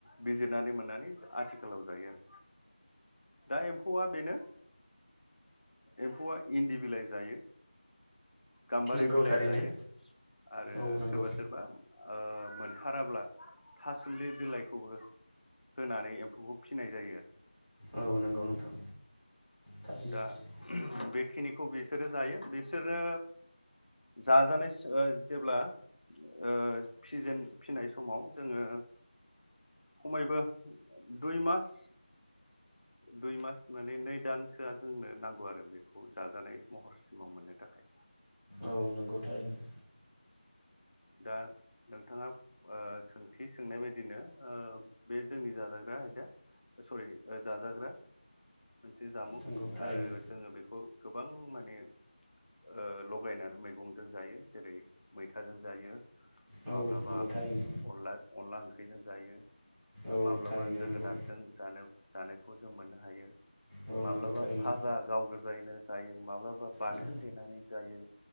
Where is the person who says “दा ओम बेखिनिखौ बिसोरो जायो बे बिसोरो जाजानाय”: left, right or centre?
Left